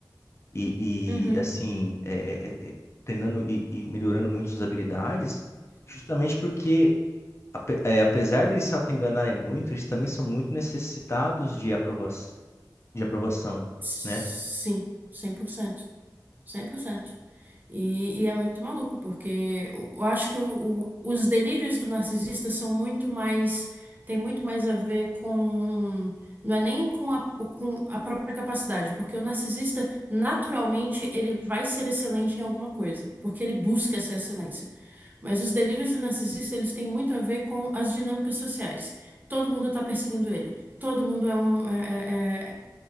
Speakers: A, on the left; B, on the right.
A: e,
B: uhum.
A: e, assim, é, é, é, é, treinando e, e melhorando muito suas habilidades, justamente porque, ape- é, apesar de eles se auto-enganarem muito, eles também são muito necessitados de aprova de aprovação,
B: Sim,
A: né?
B: cem por cento 100%. E, e é muito maluco, porque eu eu acho que o, o- os delírios do narcisista são muito mais, tem muito mais a ver com, não é nem com a, com a própria capacidade, porque o narcisista, naturalmente, ele vai ser excelente em alguma coisa, porque ele busca essa excelência. Mas os delírios do narcisista, eles têm muito a ver com as dinâmicas sociais. Todo mundo está perseguindo ele, todo mundo é um, é,